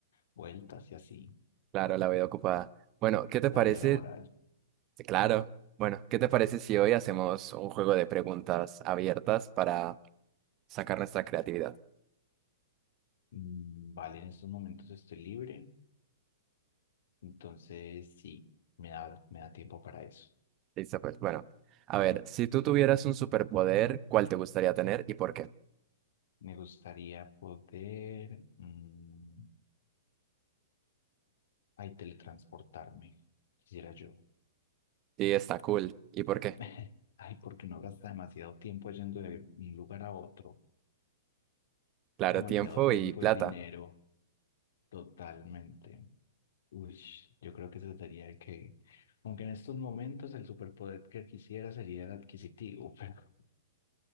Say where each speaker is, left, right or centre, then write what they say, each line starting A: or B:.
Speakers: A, on the left (about 70°); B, on the right (about 30°).
A: vueltas y así.
B: Claro, la veo ocupada. Bueno, ¿qué te parece?
A: La vida laboral.
B: Sí, Claro. Bueno, ¿qué te parece si hoy hacemos un juego de preguntas abiertas para sacar nuestra creatividad?
A: Mm, Vale, en estos momentos estoy libre, entonces sí, me da, me da tiempo para eso.
B: Listo, pues bueno. A ver, si tú tuvieras un superpoder, ¿cuál te gustaría tener y por qué?
A: Me gustaría poder, mm, ay, teletransportarme, quisiera yo.
B: Sí, está cool. ¿Y por qué?
A: <laughs> Ay, porque no gasta demasiado tiempo yendo de un lugar a otro.
B: Claro,
A: Demasiado
B: tiempo
A: tiempo
B: y plata.
A: y dinero, totalmente. Ush, yo creo que trataría de que, aunque en estos momentos el superpoder que quisiera sería el adquisitivo, pero,